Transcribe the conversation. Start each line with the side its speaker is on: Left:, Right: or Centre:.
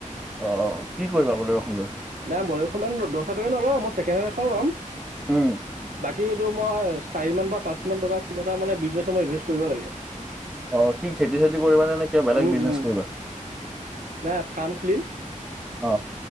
Centre: অ কি কৰিবা বলেৰ'খন লৈ?
Right: নাই বয়সষমান দহ হ কে নলওঁ মই ছেকেণ্ড হেণ্ড এখন ল'ম
Centre: উম
Right: বাকী এইটো মই চাৰি মমান বা পাঁচ মান টকা কিবা এটা মানে বিজনেছসমত ইনভেষ্ট কৰিব লাগে
Centre: অ কি খেতি চেতি কৰিব নে নে কিবা বেলেগ
Right: উম
Centre: বিজনেচ
Right: উম
Centre: কৰিবা
Right: নাই ফাৰ্ম খুলিম
Centre: অ।